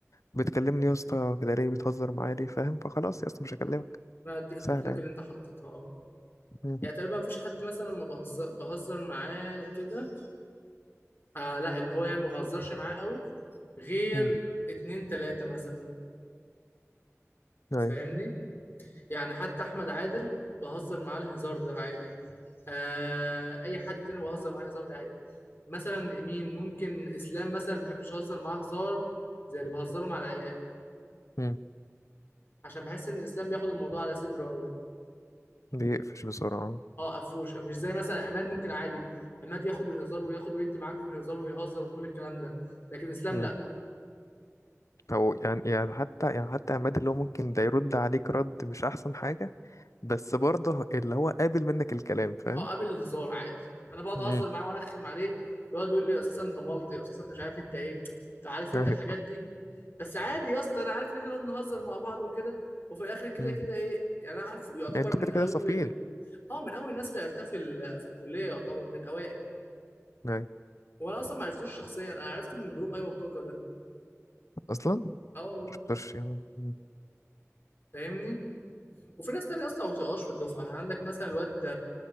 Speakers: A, on the left (about 80°); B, on the left (about 45°).
A: بتكلمني يا اسطى كده ليه بتهزر معايا ليه فاهم فخلاص يا اسطى مش هكلمك
B: انا اديك
A: سهله
B: حدودك
A: يعني
B: اللي انت حطيتها اه
A: مم.
B: يعني تقريبا مفيش حد مثلا ما بهزر بهزر معاه كده آه لا اللي هو يعني ما بهزرش معاه قوي غير
A: مم.
B: اتنين تلاتة مثلا
A: ايوه
B: فاهمني يعني حتى احمد عادل بهزر معاه الهزار ده عادي آه اي حد تاني بهزر معاه الهزار ده عادي مثلا مين ممكن اسلام مثلا ما بحبش اهزر معاه هزار زي اللي بهزره مع العيال
A: مم.
B: عشان بحس ان اسلام بياخد الموضوع على صدره قوي
A: بيقفش بسرعه
B: اه قفوشه مش زي مثلا عماد ممكن عادي عماد ياخد الهزار وياخد ويدي معاك في الهزار ويهزر وكل الكلام ده لكن اسلام
A: مم.
B: لا
A: او يعني يعني حتى يعني حتى عماد اللي هو ممكن ده يرد عليك رد مش احسن حاجة بس برضه اللي هو قابل منك الكلام فاهم
B: اه قابل الهزار عادي انا بقعد
A: امم
B: اهزر معاه وارخم عليه ويقعد يقول لي اساسا انت مالطي اساسا انت مش عارف انت ايه فعارف انت
A: ايوه
B: الحاجات دي بس عادي يا اسطى انا عارف ان احنا نقعد نهزر مع بعض وكده وفي الاخر كده
A: مم.
B: كده ايه يعني انا عارفه يعتبر
A: يعني انتوا
B: من
A: كده
B: اول
A: كده صافيين
B: اه من اول الناس اللي عرفتها في ال... في الكليه يعتبر من الاوائل
A: يعني
B: وانا اصلا ما عرفتوش شخصيا انا عرفته من جروب ايوه كوكا ده
A: اصلا
B: اه والله
A: مش يعني مم.
B: فاهمني وفي ناس تانية اصلا ما بتبقاش في الدفعه يعني عندك مثلا الواد